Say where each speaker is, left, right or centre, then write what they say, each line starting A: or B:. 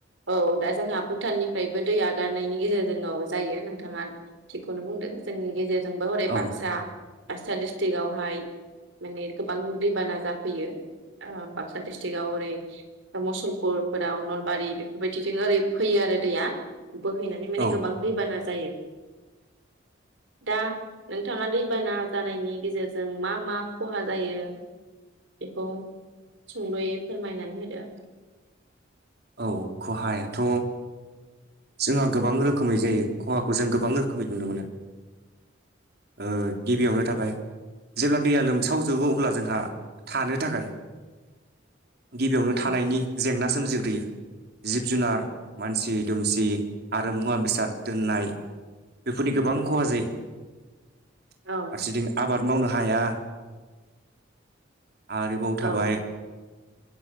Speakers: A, on the right; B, on the right.
A: औ दा जोंहा भुटाननिफ्राय बो दै आगारनायनि गेजेरजोंआव जायो नोंथाङा थिखौनो बुंदों जोंनि गेजेर जोंबो हरै
B: औ
A: बाक्सा बाक्सा डिस्ट्रिकवहाय माने गोबां दैबाना जाफैयो ओ बाक्सा डिस्ट्रिक्आव ओरै मुसलपुरफोराव नलबारि बेफोरबायदिजों ओरै फैयो आरो दैया बोहैनानै माने
B: औ
A: गोबां दैबाना जायो दा नोंथाङा दैबाना जानायनि गेजेरजों मा मा खहा जायो बेखौ सुंद'यै फोरमायनानै होदो
B: औ खहायाथ जोंहा गोबां रोखोमै जायो खहाखौ जों गोबां रोखोमै नुनो मोनो ओ गिबियावनो थाबाय जेब्ला दैया लोमसावजोबो अब्ला जोंहा थानो थाखाय गिबियावनो
A: औ
B: थानायनि जेंना सोमजिग्रोयो जिब जुनार मानसि दुमसि आरो मुवा बेसाद दोननाय बेफोरनि गोबां खहा जायो फारसेथिं
A: औ
B: आबाद मावनो हाया आरोबाव
A: औ
B: थाबाय